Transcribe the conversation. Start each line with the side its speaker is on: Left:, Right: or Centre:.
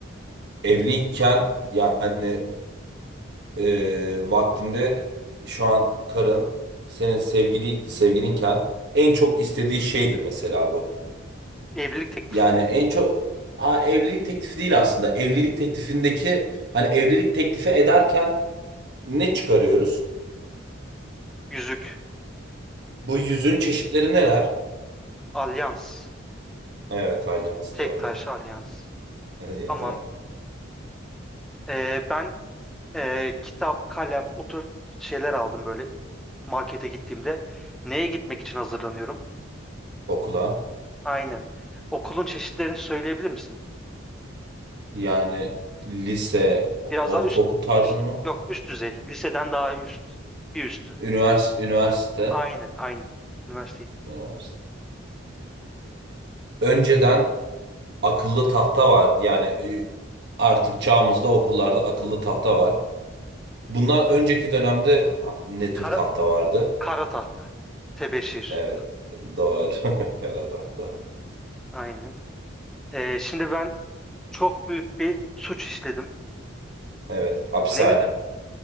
Right: Evliyken yani e, vaktinde şu an karın senin sevgili sevgilinken en çok istediği şeydir mesela bu.
Centre: Evlilik teklifi
Right: Yani en çok ha, evlilik teklifi değil aslında. Evlilik teklifindeki hani evlilik teklifi ederken ne çıkarıyoruz?
Centre: Yüzük.
Right: Bu yüzün çeşitleri neler?
Centre: Alyans.
Right: Evet, alyans
Centre: Tek
Right: doğru.
Centre: taş alyans.
Right: <laughs>
Centre: Tamam. Ee, ben e, kitap, kalem, o tür şeyler aldım böyle markete gittiğimde. Neye gitmek için hazırlanıyorum?
Right: Okula.
Centre: Aynen. Okulun çeşitlerini söyleyebilir misin?
Right: Yani lise, ortaokul
Centre: Biraz daha üst,
Right: tarzı
Centre: üst,
Right: mı?
Centre: yok üst düzey. Liseden daha üst. Bir üstü.
Right: Ünivers üniversite.
Centre: Aynen, aynen. Üniversiteydi.
Right: Üniversite. Önceden akıllı tahta var. Yani e, artık çağımızda okullarda akıllı tahta var. Bundan önceki dönemde ha- ne tür
Centre: Kara,
Right: tahta vardı?
Centre: kara tahta. Tebeşir.
Right: Evet. Doğru. <laughs> Kara tahta.
Centre: Aynen. E, şimdi ben çok büyük bir suç işledim.
Right: Evet. Hapishane.
Centre: Ne,